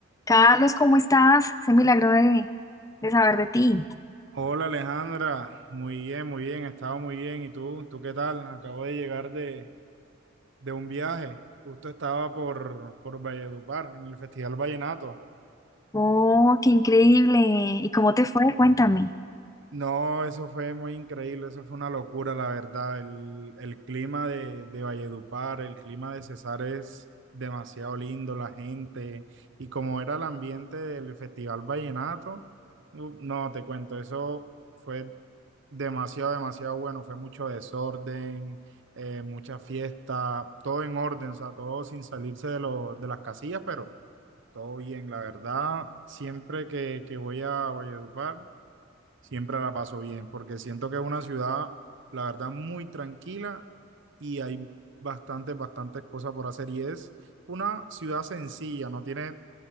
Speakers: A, on the left (about 15°); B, on the right (about 65°).
A: Carlos, ¿cómo estás? Se milagro de, de saber de ti.
B: Hola Alejandra, muy bien, muy bien, he estado muy bien. ¿Y tú? ¿Tú qué tal? Acabo de llegar de, de un viaje. Justo estaba por, por Valledupar, en el Festival Vallenato.
A: Oh, qué increíble. ¿Y cómo te fue? Cuéntame.
B: No, eso fue muy increíble, eso fue una locura, la verdad. El, el clima de, de Valledupar, el clima de Cesar es demasiado lindo, la gente, y como era el ambiente del Festival Vallenato, u- no, te cuento, eso fue demasiado, demasiado bueno, fue mucho desorden, eh, mucha fiesta, todo en orden, o sea, todo sin salirse de, lo, de las casillas, pero todo bien, la verdad, siempre que, que voy a Valledupar. Siempre la paso bien, porque siento que es una ciudad, la verdad, muy tranquila y hay bastantes, bastantes cosas por hacer. Y es una ciudad sencilla, no tiene